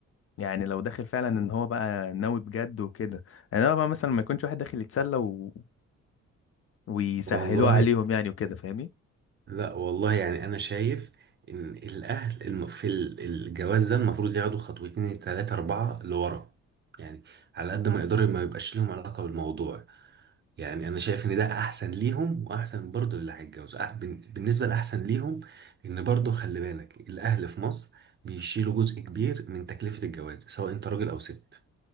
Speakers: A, on the left; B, on the right.
A: يعني لو داخل فعلا ان هو بقى ناوي بجد وكده انا بقى مثلا ما يكونش واحد داخل يتسلى و... ويسهلوه
B: والله
A: عليهم يعني وكده فاهمني
B: لا والله يعني انا شايف ان الاهل الم- في ال- الجواز ده المفروض ياخدوا خطوتين ثلاثة اربعة لورا يعني على قد ما يقدروا ما يبقاش لهم علاقة بالموضوع يعني انا شايف ان ده احسن ليهم واحسن برضه للي هيتجوز أح- بن- بالنسبة لاحسن ليهم ان برضه خلي بالك الاهل في مصر بيشيلوا جزء كبير من تكلفة الجواز سواء انت راجل او ست